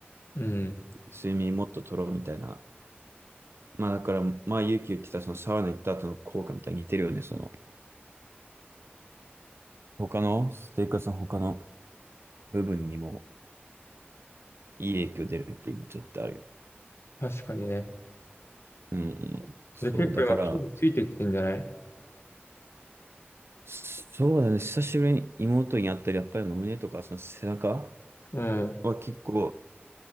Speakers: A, on the left (about 80°); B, on the right (about 75°).
A: うん。うん。
B: 睡眠もっと取ろうみたいな。まあだから、まあ勇気言ってたそのサウナ行った後の効果みたいに似てるよね、その、他の、生活の他の部分にもいい影響出るっていうのは絶対あるよね。
A: 確かにね。
B: うんうん。そう、
A: で、結構今筋肉ついてきてんじゃない
B: だから、そうだね、久しぶりに妹に会ったり、やっぱり胸とかその背中
A: うん。
B: は結構、